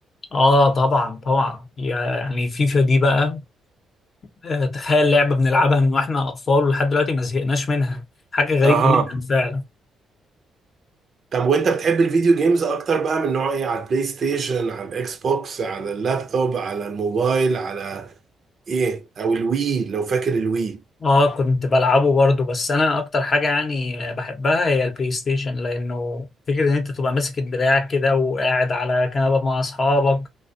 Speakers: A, on the left (about 45°); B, on the right (about 50°).
A: اه طبعا طبعا يعني فيفا دي بقى آه، تخيل لعبة بنلعبها من واحنا اطفال ولحد دلوقتي ما زهقناش منها حاجة غريبة
B: اها
A: جدا فعلا
B: طب وانت بتحب الفيديو جيمز اكتر بقى من نوع ايه على البلاي ستيشن على الاكس بوكس على اللابتوب على الموبايل على ايه او الوي لو فاكر الوي
A: اه كنت بلعبه برضو بس انا اكتر حاجة يعني بحبها هي البلاي ستيشن لانه فكرة ان انت تبقى ماسك الدراع كده وقاعد على كنبة مع اصحابك